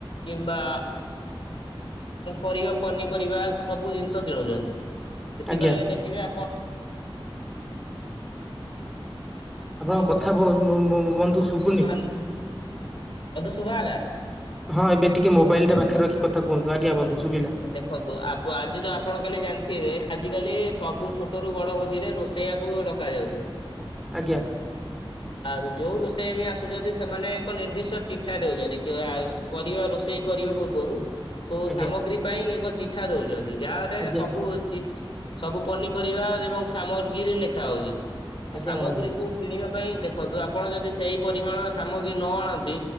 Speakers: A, on the left; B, in the centre.
A: କିମ୍ବା ପରିବା ପନିପରିବା ସବୁ ଜିନିଷ କିଣୁଛନ୍ତି ସେଥିପାଇଁ
B: ଆଜ୍ଞା
A: ଦେଖିବେ ଆପଣ
B: ଆପଣଙ୍କ
A: ଅଧିକ
B: କଥା ବନ୍ଧୁ ଶୁଭୁନି।
A: <unintelligible> ବନ୍ଧୁ ଶୁଭା ଗଲା?
B: ହଁ ଏବେ ଟିକେ ମୋବାଇଲ ଟା ପାଖରେ ରଖି କଥା କୁହନ୍ତୁ ଆଜ୍ଞା ବନ୍ଧୁ ଶୁଭିଲା।
A: ଦେଖନ୍ତୁ ଆ ଆଜି ତ ଆପଣ କାଲି ଜାଣିଥିବେ ଆଜି କାଲି ସବୁ ଛୋଟ ରୁ ବଡ ଭୋଜିରେ ରୋଷେଇଆକୁ କାଯାଉଛି।
B: ଆଜ୍ଞା
A: ତାରୁ ଯୋଉ ରୋଷେୟା ବି ଆସୁଛନ୍ତି ସେମାନେ ଏକ ନିର୍ଦ୍ଦିଷ୍ଟ ଚିଠା ଦଉଛନ୍ତି। ପରିବା ରୋଷେଇ କରିବା ପୂର୍ବରୁ ସବୁ
B: ଆଜ୍ଞା।
A: ସାମଗ୍ରୀ ପାଇଁ ଏକ ଚିଠା ଦଉଛନ୍ତି ଯାରେ
B: ଆଜ୍ଞା
A: ସବୁ ସବୁ ପନିପରିବା ଏବଂ ସାମଗ୍ରୀ ରେ ଲେଖା ହଉଛି ସେ
B: ଆଜ୍ଞା
A: ସାମଗ୍ରୀକୁ
B: ବନ୍ଧୁ
A: କିଣିବା ପାଇଁ ଦେଖନ୍ତୁ ଆପଣ ଯଦି ସେଇ ପରିମାଣର ସାମଗ୍ରୀ ନ ଆଣନ୍ତି,